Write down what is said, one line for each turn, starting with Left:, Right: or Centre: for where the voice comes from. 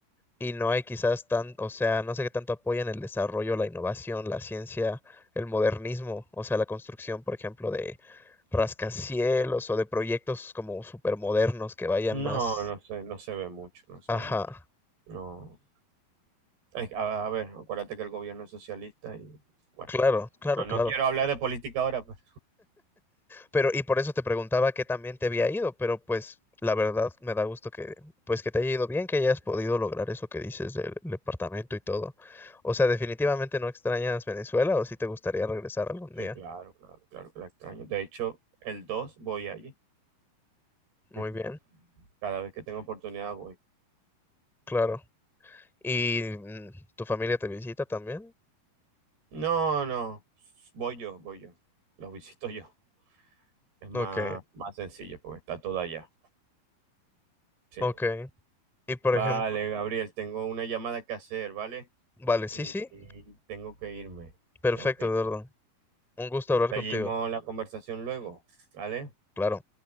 Centre: y no hay quizás tan, o sea, no sé qué tanto apoyan el desarrollo, la innovación, la ciencia, el modernismo, o sea, la construcción, por ejemplo, de rascacielos o de proyectos como supermodernos que vayan
Right: No,
Centre: más.
Right: no sé, no se ve mucho, no se
Centre: Ajá,
Right: ve mucho. No. Ay, A, a ver, acuérdate que el gobierno es socialista y bueno,
Centre: claro, claro,
Right: no, no
Centre: claro.
Right: quiero hablar de política ahora, <laughs> pero
Centre: Pero, y por eso te preguntaba qué también te había ido, pero pues la verdad me da gusto que, pues que te haya ido bien, que hayas podido lograr eso que dices del departamento y todo. O sea, definitivamente no extrañas Venezuela o si te gustaría regresar algún
Right: sí,
Centre: día.
Right: claro, claro, claro que la extraño. De hecho, el 2 voy allí.
Centre: Muy
Right: <laughs>
Centre: bien,
Right: Cada vez que tengo oportunidad voy.
Centre: claro. ¿Y mm, tu familia te visita también?
Right: No, no, voy yo, voy yo. Los visito yo. Es más,
Centre: Ok,
Right: más sencillo porque está todo allá. Sí.
Centre: ok. Y por
Right: Vale,
Centre: ejemplo,
Right: Gabriel, tengo una llamada que hacer, ¿vale?
Centre: vale, sí,
Right: Y,
Centre: sí,
Right: y tengo que irme.
Centre: perfecto,
Right: Tengo que ir.
Centre: Eduardo. Un gusto hablar
Right: Seguimos
Centre: contigo.
Right: la conversación luego, ¿vale?
Centre: Claro,